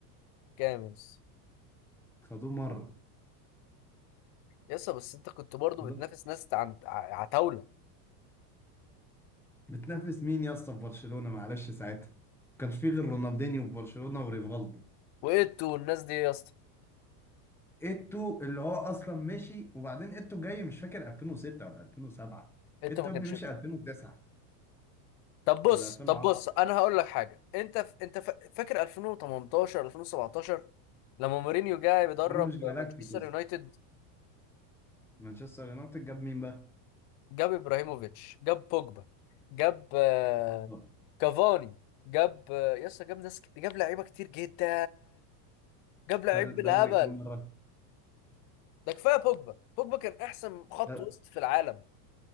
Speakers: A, on the left; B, in the centre.
A: كامس
B: خدوه مره
A: يسا بس انت كنت برضو
B: بالظبط.
A: بتنافس ناس عن ع- عتاولة
B: بتنافس مين يا اسطى في برشلونه معلش ساعتها ما كانش فيه غير رونالدينيو في برشلونه وريفالدو
A: وانتوا والناس دي يا اسطى
B: ايتو اللي هو اصلا مشي وبعدين ايتو جاي مش فاكر 2006 ولا 2007
A: انت
B: ايتو
A: ما
B: ابني
A: كانش
B: مشي 2009
A: طب بص
B: ولا 2010
A: طب بص انا هقول لك حاجه انت ف... انت ف... فاكر 2018 2017 لما مورينيو جاي بيدرب
B: ده مش جالاكتيكوس
A: مانشستر يونايتد
B: مانشستر يونايتد جاب مين بقى؟
A: جاب ابراهيموفيتش جاب بوجبا جاب آه،
B: آه.
A: كافاني جاب آه، يسا جاب ناس ك- جاب لعيبه كتير جدا جاب لعيب
B: خد الدوري
A: بالهبل
B: كام مره؟
A: ده كفايه بوجبا بوجبا كان احسن خط
B: خد
A: وسط في العالم